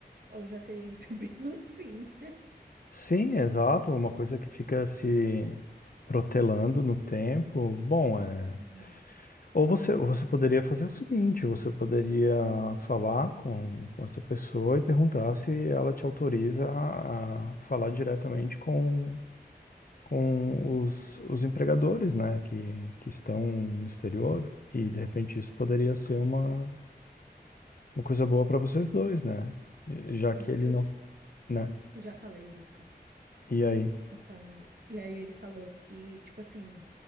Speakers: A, on the right (about 65°); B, on the left (about 60°).
A: ou eu já teria <laughs> recebido um sim.
B: Sim, exato, uma coisa que fica se protelando no tempo. Bom, é.
A: Uhum.
B: Ou você, ou você poderia fazer o seguinte, você poderia falar com, com essa pessoa e perguntar se ela te autoriza a falar diretamente com, com os, os empregadores, né, que, que estão no exterior, e de repente isso poderia ser uma, uma coisa boa para vocês dois, né? Já
A: Sim,
B: que ele
A: eu,
B: não,
A: j-
B: né?
A: eu já falei isso.
B: E aí?
A: Eu falei. E aí ele falou que, tipo assim,